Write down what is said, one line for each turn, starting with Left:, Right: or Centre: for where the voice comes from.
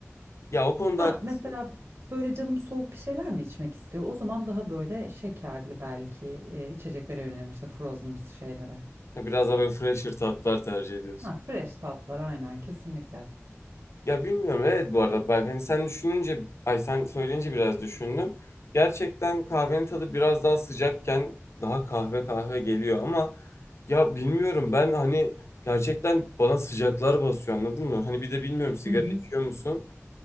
Left: Ya o konuda
Right: Ha
Left: haklısın.
Right: mesela böyle canım soğuk bir şeyler mi içmek istiyor? O zaman daha böyle şekerli belki e, içeceklere yöneliyorum işte frozen şeylere.
Left: Ya Biraz daha böyle fresher tatlar tercih ediyorsun.
Right: Ha, fresh tatlar aynen kesinlikle.
Left: Ya bilmiyorum evet bu arada bak hani sen düşününce ay sen söyleyince biraz düşündüm. Gerçekten kahvenin tadı biraz daha sıcakken daha kahve kahve geliyor ama ya bilmiyorum ben hani gerçekten bana sıcaklar basıyor anladın mı? Hani bir de bilmiyorum sigara
Right: Hı hı.
Left: içiyor musun?